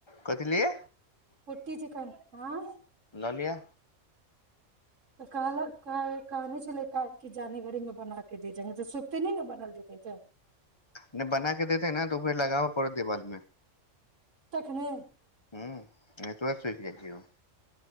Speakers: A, on the left; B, on the right.
A: कथ लियै
B: पुटी चिकन आँ
A: लऽ लिअ
B: तऽ कहलक कहान छलै कि जानीगरीीमे बना क दे जंग तऽ सुप्त नहि ने बनल देतै तऽ
A: नहि बना के देते ने तऽ ओ फेर लगाबऽ पड़त देवाल
B: तखने
A: ह तो सुख जाइ छ